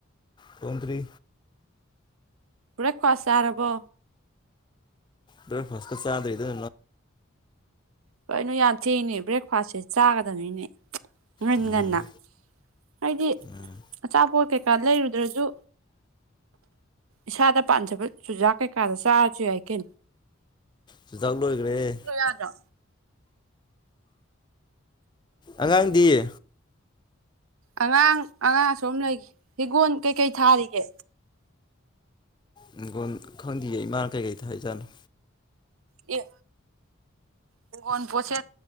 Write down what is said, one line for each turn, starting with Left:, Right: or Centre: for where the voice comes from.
Left: ꯇꯣꯟꯇ꯭ꯔꯤ
Right: ꯔꯦ ꯈꯣꯏꯁꯦꯥꯔꯕꯣ
Left: ꯐꯁꯀ ꯆꯥꯗꯗ
Right: ꯀꯣꯏꯩꯅꯣ ꯌꯥꯝ ꯊꯦꯡꯅꯦ ꯕ꯭ꯔꯦꯛꯐꯥꯁꯁꯦ ꯆꯥꯒꯗꯕꯅꯤꯅꯦ ꯉꯟ
Left: ꯎꯝ
Right: ꯉꯟꯅ ꯍꯥꯏꯗꯤ
Left: ꯎꯝ
Right: ꯑꯆꯥꯄꯣꯠ ꯀꯩꯀꯥ ꯂꯩꯔꯨꯗ꯭ꯔꯁꯨ ꯏꯁꯥꯗ ꯄꯥꯟꯖꯕ ꯆꯨꯖꯥꯛ ꯀꯩꯀꯥꯗ ꯆꯥꯔꯁꯨ ꯌꯥꯏꯀꯦ
Left: ꯆꯒꯂꯣ ꯏꯈꯔ
Right: ꯌꯥꯗ꯭ꯔꯣ
Left: ꯑꯉꯥꯡꯗꯤꯌꯦ
Right: ꯑꯉꯥꯡ ꯑꯉꯥꯡ ꯁꯨꯝ ꯂꯩꯈꯤ ꯍꯤꯒꯣꯜ ꯀꯩꯀꯩ ꯊꯥꯔꯤꯒꯦ
Left: ꯍꯤꯡꯒꯣꯟꯜ ꯈꯪꯗꯌꯦ ꯏꯃꯥꯅ ꯀꯩꯀꯩꯗ ꯍꯥꯏꯖꯥꯠꯅꯣ
Right: ꯏ ꯍꯤꯡꯒꯣꯟ ꯄꯣꯠꯁꯦ